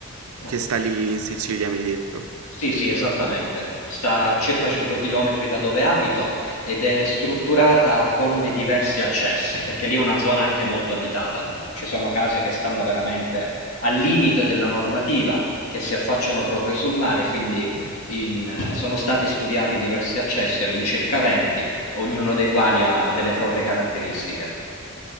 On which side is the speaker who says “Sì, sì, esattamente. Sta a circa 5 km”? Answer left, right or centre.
Left